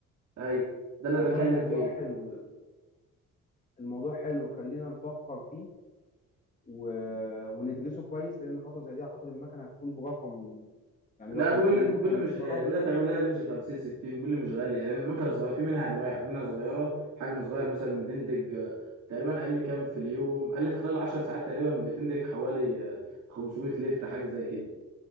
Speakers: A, on the right (about 65°); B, on the left (about 25°).
A: ايوه ده اللي
B: والله
A: بتكلم
B: الموضوع
A: فيه
B: حلو الموضوع حلو خلينا نفكر فيه و... وندرسه كويس لان خطوه زي دي اعتقد المكنه هتكون برقم يعني
A: لا
B: رقم
A: بيقول
B: كبير
A: لي بيقول
B: رقم
A: لي مش غالي
B: محترم
A: بيقول لي تعمل لها رينج 50 60 بيقول لي مش غاليه لان المكنه صغيره في منها انواع في منها صغيره حجم صغير مثلا بتنتج آه، تقريبا قال لي كام في اليوم قال لي في خلال 10 ساعات تقريبا بتنتج حوالي آه، 500 لتر حاجه زي كده